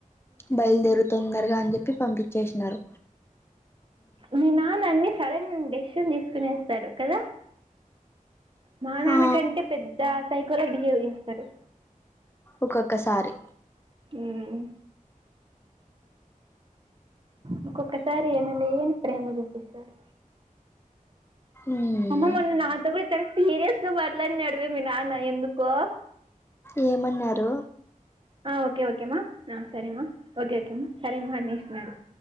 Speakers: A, on the left (about 15°); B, on the right (about 40°).
A: బయలుదేరు తొందరగా అని చెప్పి పంపించే ఉన్నారు
B: మీ నాన్నన్ని సడన్ డెసిషన్ తీసుకునిస్తారు కదా మా నాన్నకంటే
A: ఆ
B: పెద్ద సైకోలా బిహేవ్ చేస్తారు
A: ఒక్కొక్కసారి
B: ఉమ్ ఇంకొక్కసారి ఎమల్యని ప్రేమ చూపిస్తారు
A: ఉమ్
B: అమ్మ మొన్న నాతో కూడా చాల సీరియస్ గా మాట్లాడి అడివేమి నాన్న ఎందుకో
A: ఏం అన్నారు
B: ఆ ఒకే ఒకే అమ్మ ఆ సరేఅమ్మ ఒకేఒకే మా సరేఅమ్మ నాడు